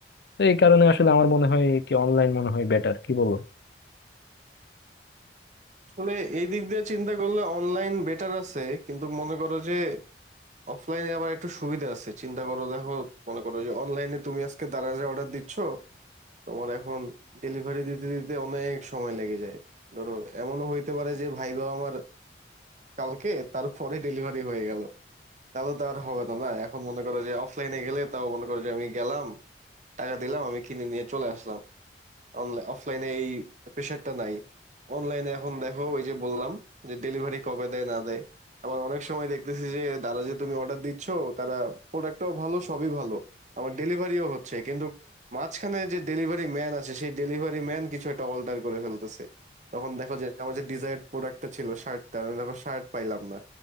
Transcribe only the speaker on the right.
আসলে এই দিক দিয়ে চিন্তা করলে অনলাইন বেটার আছে কিন্তু মনে করো যে অফলাইনে আবার একটু সুবিধা আছে চিন্তা করো দেখো মনে করো যে অনলাইনে তুমি আজকে দারাজে অর্ডার দিচ্ছ তোমার এখন ডেলিভারি দিতে দিতে অনেক সময় লেগে যায় ধরো এমনও হইতে পারে যে ভাইবা আমার কালকে তারপরে ডেলিভারি হয়ে গেল তাহলে তো আর হবে না না এখন মনে করো যে অফলাইনে গেলে তাও মনে করো যে আমি গেলাম টাকা দিলাম আমি কিনে নিয়ে চলে আসলাম অনলাইন অফলাইনে এই প্রেশারটা নাই অনলাইনে এখন দেখো ওই যে বললাম যে ডেলিভারি কবে দেয় না দেয় আমার অনেক সময় দেখতেছি যে তারা যে তুমি অর্ডার দিচ্ছ তারা প্রোডাক্টটাও ভালো সবই ভালো আমার ডেলিভারিও হচ্ছে কিন্তু মাঝখানে যে ডেলিভারি ম্যান আছে সেই ডেলিভারি ম্যান কিছু একটা অল্টার করে ফেলতেছে তখন দেখো যে আমার যে ডিজায়ার্ড প্রোডাক্টটা ছিল শার্টটা আমি দেখো শার্ট পাইলাম না